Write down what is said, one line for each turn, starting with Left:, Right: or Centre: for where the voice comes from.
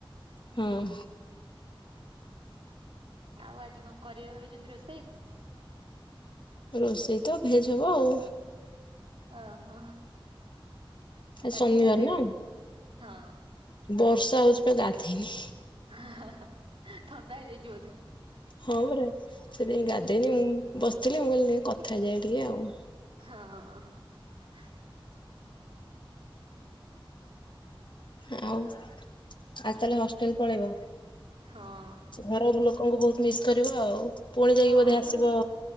Left: ହଁ।
Right: ଆଉ ଆଜି କଣ କରିବେ ଭାବିଛନ୍ତି, ରୋଷେଇ?
Left: ରୋଷେଇ ତ ଭେଜ୍ ହବ ଆଉ।
Right: ଓହୋ। ଗାଧେଇ
Left: ଶନିବାର
Right: ସାରିଲେଣି?
Left: ନା
Right: ହଁ
Left: ବର୍ଷା ହଉଛି ପା ଗାଧେଇନି।
Right: ହାଁ ହାଁ ଥଣ୍ଡା ହେଇଯାଇଛି ବୋଧେ?
Left: ହଁ ପରା ସେଥିପାଇଁ ଗାଧେଇନି ମୁଁ। ବସିଥିଲି ମୁଁ କହିଲି ନାଇ କଥା ହେଇଯାଏ ଟିକେ ଆଉ।
Right: ହଁ।
Left: ଆଉ ଆ ତାହେଲେ ହଷ୍ଟେଲ ପଳେଇବ।
Right: ହଁ
Left: ଘର ଲୋକଙ୍କୁ ବହୁତ ମିସ୍ କରିବ ଆଉ। ପୁଣି ଯାଇକି
Right: ହଁ
Left: ବୋଧେ ଆସିବ
Right: ବା